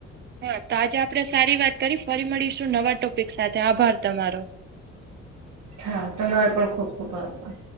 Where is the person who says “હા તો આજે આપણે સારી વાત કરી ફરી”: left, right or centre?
Right